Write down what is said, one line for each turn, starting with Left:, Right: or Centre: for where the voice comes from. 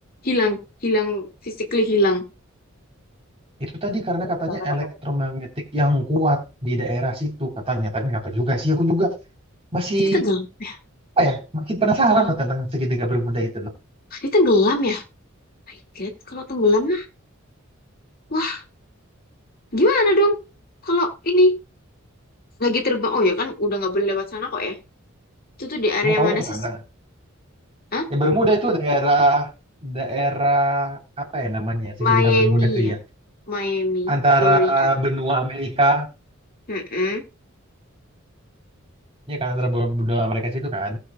Left: hilang, hilang, physically hilang.
Right: Itu tadi karena katanya
Left: Karena kata
Right: elektromagnetik yang kuat di daerah situ katanya. Tapi nggak tahu juga sih. Aku juga masih
Left: Dia tenggelam ya?
Right: apa ya? Masih penasaran loh tentang segitiga Bermuda itu loh.
Left: Dia tenggelam ya? My God, kalau tenggelam mah, wah gimana dong? Kalau ini lagi terbang, oh ya kan udah nggak boleh lewat sana kok ya? Itu tuh di area
Right: Kamu kamu
Left: mana
Right: mau ke
Left: sih?
Right: sana?
Left: Hah?
Right: Ya Bermuda itu daerah daerah apa ya namanya segitiga
Left: Miami
Right: Bermuda tuh
Left: ya?
Right: ya?
Left: Miami,
Right: antara
Left: Florida.
Right: benua Amerika,
Left: Mm-mm.
Right: ya kan antara benua benua Amerika situ kan,